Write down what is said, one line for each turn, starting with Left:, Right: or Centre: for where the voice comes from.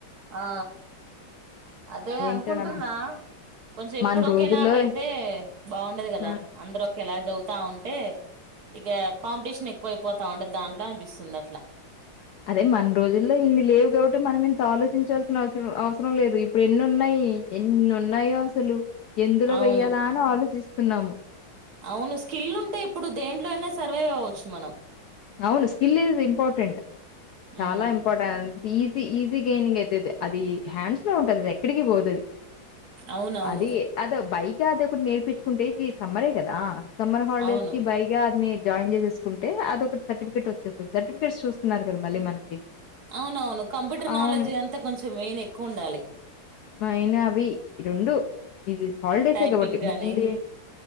Right: ఆ అదే అనుకుంటున్నా
Left: ఏంటో నమ్
Right: కొంచెం ఎప్పుడు
Left: మన
Right: ఒకేలాగ
Left: రోజుల్లో
Right: అయితే బాగుండదు కదా
Left: ఆ,
Right: అందరు ఒకేలాగ్ చదువుతా ఉంటే ఇక కాంపిటీషన్ ఎక్కువయిపోతా ఉంట దాంట్లో అనిపిస్తుంది అట్లా
Left: అదే మన రోజుల్లో ఇన్ని లేవు కాబట్టి మనమింత ఆలో చించాల్సిన అవసరం అవసరం లేదు ఇప్పుడు ఎన్ని ఉన్నాయి ఎన్ నున్నాయో అసలు ఎందులో
Right: అవును
Left: వెయ్యాలా అని ఆలోచిస్ తున్నాము
Right: అవును స్కిల్ ఉంటే ఇప్పుడు దేంట్లో అయినా స్ సర్వే కావచ్చు మనం
Left: అవును స్కిల్ ఈజ్ ఇంపార్టెంట్ చాలా
Right: ఉమ్
Left: important easy easy gaining అయితది అది హ్యాండ్స్ లో ఉంటది అది ఎక్కడికి పోదది
Right: అవునవును
Left: అది అదో బై కా అది ఒకటి నేర్పిచుకుంటే ఇది సమ్మరే కదా సమ్మర్ హాలిడేస్
Right: అవును
Left: కి బైగా అదినేది జాయిన్ చేసేసుకుంటే అదొకటి సర్టిఫికెట్ వచ్చేస్తది సర్టిఫికేట్ చూస్తున్నారు కదా మళ్ళీ మనకి
Right: అవునవును కంప్యూటర్
Left: అవును
Right: నాలెడ్జ్ అంతా కొంచెం మెయిన్ ఎక్కువ ఉండాలి
Left: మేయిన్ అవి ఈ రెండు ఇది హాలిడేసే
Right: టైపింగ్
Left: కాబట్టి మ్మ్
Right: గాని